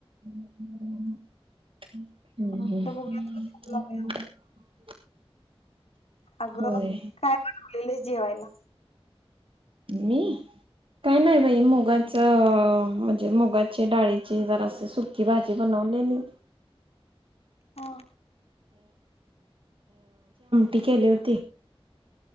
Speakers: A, on the right (about 60°); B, on the left (about 85°).
A: ह् ह् ह
B: म्हटलं बघूया तुला फोन
A: ह
B: लावूया अगं
A: होय
B: काय बनवलं जेवायला.
A: मी काय नाही बाई मोगन. म्हणजे मुगाची डाळीचे जराशी सुकी भाजी बनवलेली.
B: हा
A: ती केली होती